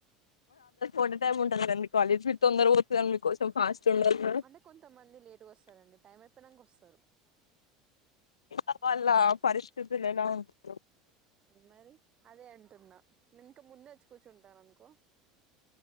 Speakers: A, on the left; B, on the right.
A: ఒకటే టైం ఉంటది కదండీ కాలేజ్ మీరు తొందర పోతున్నారనీ మీకోసం ఉండాలి కదా
B: అంటే కొంతమంది లేటుగా వస్తారండి టైం ప్పినంగొస్తారు
A: ఇంకా వాళ్ళ పరిస్థితులు ఎలా ఉంటారు
B: మరి అదే అంటున్నా నీకు ముందే కూర్చుంటాననుకో